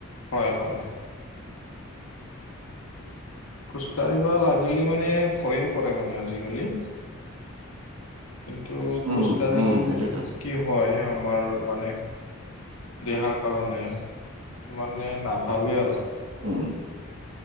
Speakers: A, on the left; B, on the right.
A: হয়, হয়। খোজকাঢ়িবা লাগিলে মানে ভয়ে কৰে মানে আজিকালি। কিন্তু
B: উম
A: খোজ কাঢ়িলে
B: উম এইটোতো
A: কি হয়, আমাৰ মানে দেহাৰ কাৰণে তামানে নাভাবে আৰু।
B: উম।